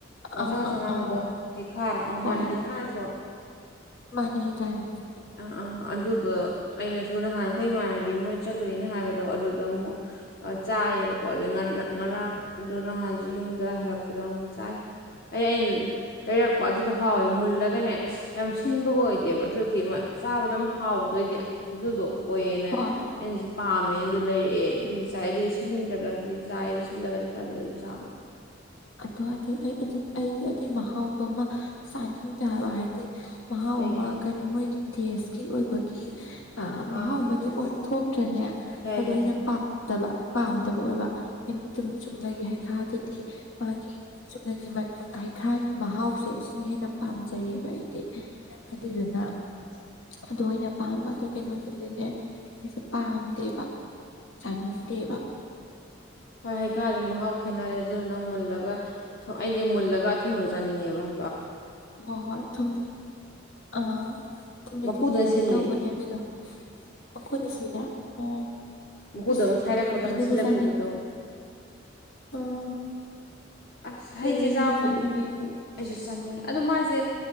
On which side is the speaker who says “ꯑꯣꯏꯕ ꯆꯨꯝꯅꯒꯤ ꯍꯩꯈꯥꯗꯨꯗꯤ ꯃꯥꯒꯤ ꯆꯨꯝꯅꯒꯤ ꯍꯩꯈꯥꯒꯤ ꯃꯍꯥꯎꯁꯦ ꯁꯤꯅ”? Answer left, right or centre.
Left